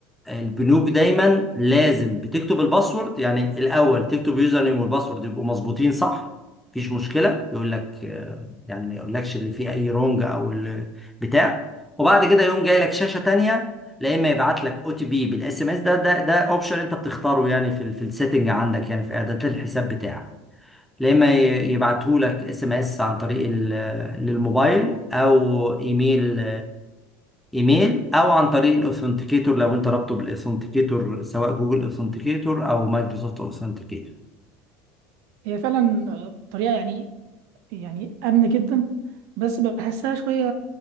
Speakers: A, in the centre; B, on the right.
A: البنوك دايما لازم بتكتب الباسورد يعني الاول تكتب يوزر نيم والباسورد يبقوا مظبوطين صح مفيش مشكله يقول لك آه، يعني ما يقولكش اللي فيه اي رونج او ال- بتاع وبعد كده يقوم جاي لك شاشه تانية لا اما يبعت لك او تي بي بالاس ام اس ده ده ده اوبشن انت بتختاره يعني في ال- في السيتنج عندك يعني في اعدادات الحساب بتاعك يا اما يبعتهولك اس ام اس عن طريق ال- للموبايل او ايميل ايميل او عن طريق الاوثنتيكيتور لو انت رابطه بالاوثنتيكيتور سواء جوجل اوثنتيكيتور او مايكروسوفت اوثنتيكيتور
B: هي فعلا آه، طريقة يعني يعني آمنة جدا بس بحسها شوية